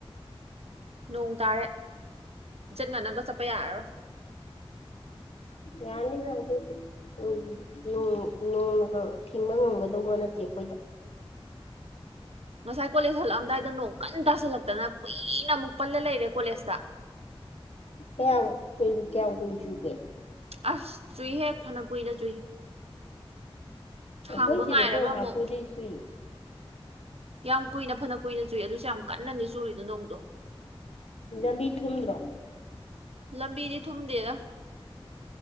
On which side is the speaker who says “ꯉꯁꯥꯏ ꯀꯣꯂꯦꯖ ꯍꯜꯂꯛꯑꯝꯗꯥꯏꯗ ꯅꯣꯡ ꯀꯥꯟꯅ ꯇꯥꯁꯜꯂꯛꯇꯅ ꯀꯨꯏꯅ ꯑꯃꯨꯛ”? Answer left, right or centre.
Right